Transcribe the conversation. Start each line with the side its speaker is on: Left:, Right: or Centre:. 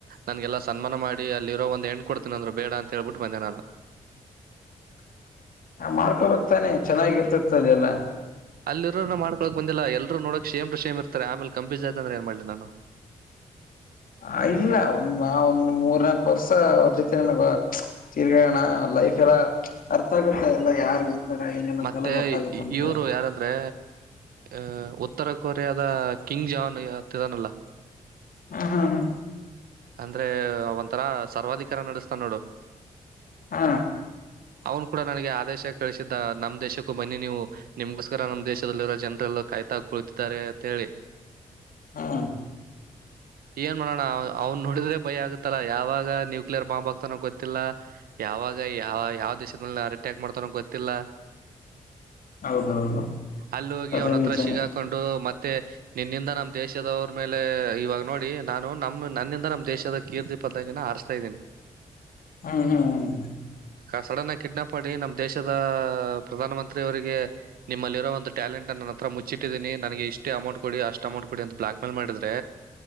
Right: ನಂಗೆಲ್ಲಾ ಸನ್ಮಾನ ಮಾಡಿ ಅಲ್ಲಿರೋ ಒಂದ ಎ ಕೊಡ್ತೀನಿ ಅಂದ್ರು ಬೇಡ ಅಂತ ಹೇಳ್ಬಿಟ್ಟು ಬಂದೆ ನಾನು
Left: ಮಾಡ್ಕೊಬಕ್ತಾನೆ ಚೆನ್ನಾಗಿರ್ತತಿ ಸರಿ ಅಲ್ಲ
Right: ಅಲ್ಲಿರೋರು ಮಾಡ್ಕೊಳಕ್ ಬಂದಿಲ್ಲ ಎಲ್ರು ನೋಡಕ್ ಶೇಮ್ ು ಶೇಮ ಇರ್ತಾರೆ ಆಮೇಲೆ ಕಂಪೀಸ್ ಆಯತ ಅಂದ್ರೆ ಏನ್ ಮಾಡಿಲ್ಲ ನಾನು
Left: ಹ ಇಲ್ಲ ಒಂದ ನಾವ ಒಂದ ಮೂರ್ನಾಾಕ ವರ್ಷ ಅವ್ರ ಜೊತೆನಗ ತಿರ್ಗಣ ಲೈಫ್ ಎಲ್ಲ ಅರ್ಥ ಆಗುತ್ತಾ ಎಲ್ಲ ಯಾರು ಎಂತಾರ ಏನೇನ ಅಂತೆಲ್ಲ
Right: ಮತ್ತೆ
Left: ಗೊತ್ತಾಗುತ್ತ ಅಂತ
Right: ಇವ್ರು ಯಾರಂದ್ರೆ ಅ ಉತ್ತರ ಕೊರಿಯಾದ ಕಿಂಗ್ ಜಾನ್ ಹತ್ತಿದಾನಲ್ಲ
Left: ಹ ಹಾ ಹಾ
Right: ಅಂದ್ರೆ ಒಂಥರ ಸರ್ವಾಧಿಕಾರ ನಡೆಸ್ತಾ ನೋಡು
Left: ಹಾ
Right: ಅವನು ಕೂಡ ನನಗೆ ಆದೇಶ ಕಳಿಸಿದ್ದ ನಮ್ ದೇಶಕ್ಕೂ ಬನ್ನಿ ನೀವು ನಿಮ್ಗೋಸ್ಕರ ನಮ್ ದೇಶದಲ್ಲಿರೋ ಜನರೆಲ್ಲೋ ಕಾಯ್ತಾ ಕುೊಳ್ತಿದ್ದಾರೆ ಅಂತ ಹೇಳಿ
Left: ಹಾ
Right: ಏನ್ ಮಾಡೋಣ ಅವ್ನ್ ನೋಡಿದ್ರೆ ಭಯ ಆಗತ್ತಲ್ಲಾ ಯಾವಾಗ ನ್ಯೂಕ್ಲಿಯರ್ ಬಾಂಬ್ ಆಗ್ತಾನೋ ಗೊತ್ತಿಲ್ಲ ಯಾವಾಗ ಯಾವ ಯಾವ ದೇಶದ ಮೇ ಅ ಅಟ್ಯಾಕ್ ಮಾಡ್ತನೋ ಗೊತ್ತಿಲ್ಲ
Left: ಹೌದೌದು
Right: ಅಲ್ಲಿ ಹೋಗಿ
Left: ಅದು
Right: ಅವನ ಹತ್ರ
Left: ನಿಜಾನೇ
Right: ಸಿಗಾಕೊಂಡು ಮತ್ತೆ ನಿನ್ನಿಂದ ನಮ್ಮ ದೇಶದವರ ಮೇಲೆ ಇವಾಗ ನೋಡಿ ನಾನು ನಮ್ಮ ನನ್ನಿಂದ ನಮ್ಮ ದೇಶದ ಕೀರ್ತಿ ಪದಂಗಿನ ಆರಿಸ್ತಾ ಇದ್ದೀನಿ
Left: ಹ್ಮ ಹಾ್ ಹ್ಮ
Right: ಸಡನ್ನಾಗಿ ಕಿಡ್ನಾಯಪ್ ಮಾಡಿ ನಮ್ಮ ದೇಶದ ಪ್ರಧಾನಮಂತ್ರಿ ಅವರಿಗೆ ನಿಮ್ಮಲ್ಲಿ ಇರೋಂತ ಟಾಲಂಟ್ ಅ ನನ್ನತ್ರ ಮುಚ್ಚಟ್ಟೀನಿ ನಗೆ ಇಷ್ಟ ಅಮೌಂಟ್ ಕೊಡಿ ಅಷ್ಟ ಅಮೌಂ ಕೊಡಿ ಅ ಬ್ಲಕ್ ಮೇಲ್ ಮಾಡ ಹ